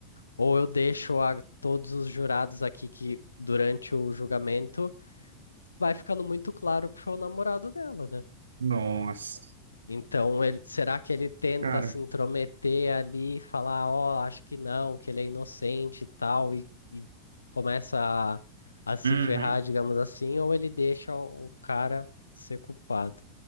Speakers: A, on the left (about 75°); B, on the right (about 70°).
A: Ou eu deixo a todos os jurados aqui que, durante o julgamento, vai ficando muito claro que foi o namorado dela, né?
B: Nossa.
A: Então, ele- será que ele tenta
B: Cara.
A: se intrometer ali, e falar, ó, acho que não, que ele é inocente e tal, e, e começa a, a se
B: Uhum.
A: ferrar, digamos assim, ou ele deixa o o cara ser culpado?